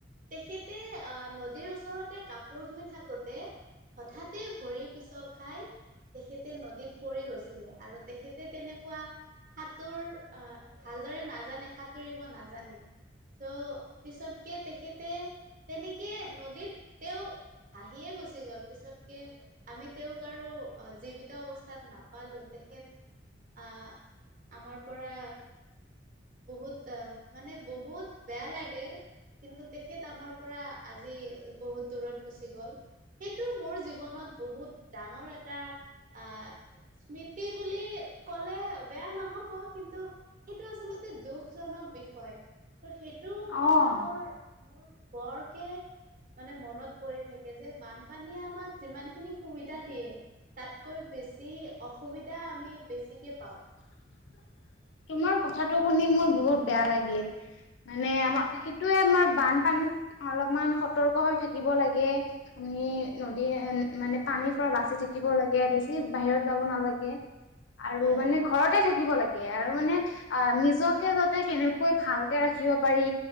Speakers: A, on the right; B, on the left.
A: তেখেতে আহ নদীৰ ওচৰতে কাপোৰ ধুই থাকোতে, হঠাতে ভৰি পিচল খাই। তেখেতে নদীত পৰি গৈছিলে আৰু তেখেতে তেনেকুৱা সাঁতোৰ আহ ভালদৰে নাজানে সাঁতুৰিব নাজানে। চ' পিছতকে তেখেতে তেনেকে নদীত তেওঁ ভাহিয়ে গুচি গ'ল পিছতকে। আমি তেওঁক আৰু জীৱিত অৱস্থাত নাপালোঁ তেখেত আ আমাৰ পৰা বহুত মানে বহুত বেয়া লাগিল। কিন্তু তেখেত আমাৰ পৰা আজি বহুত দূৰত গুচি গ'ল। সেইটো মোৰ জীৱনত বহুত ডাঙৰ এটা আ স্মৃতি বুলি ক'লে বেয়া নহব কিন্তু সেইটো আচলতে জনক বিষয় ত' সেইটো কথা
B: অ
A: মোৰ মোৰ বৰকে মানে মনত পৰি থাকে যে বানপানীয়ে আমাক যিমান খিনি সুবিধা দিয়ে। তাতকৈ বেছি অসুবিধা আমি বেছিকৈ পাওঁ।
B: <inaudible> তোমাৰ কথাটো শুনি মোৰ বহুত বেয়া লাগিল। মানে আমাৰ সেইটোয়ে আমাৰ বানপানীত অলপমান সতৰ্ক হৈ থাকিব লাগে। আমি নদী মানে পানীৰ পৰা বাচি থাকিব লাগে বেছি বাহিৰত যাব নালাগে। আৰু
A: হয়
B: মানে ঘৰতে লাগে আৰু মানে।
A: হয়
B: আ নিজকে যাতে কেনেকৈ ভালকে ৰাখিব পাৰি।